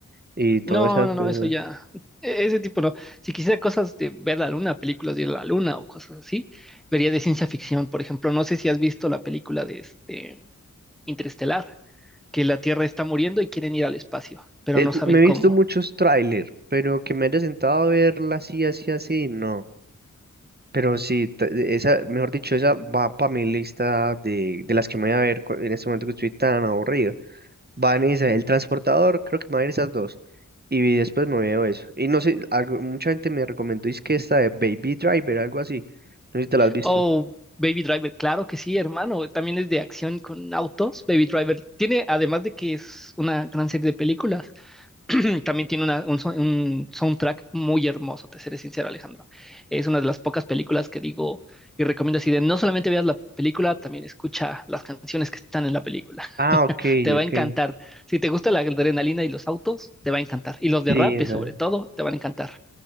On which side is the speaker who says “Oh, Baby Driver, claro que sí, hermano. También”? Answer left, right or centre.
Centre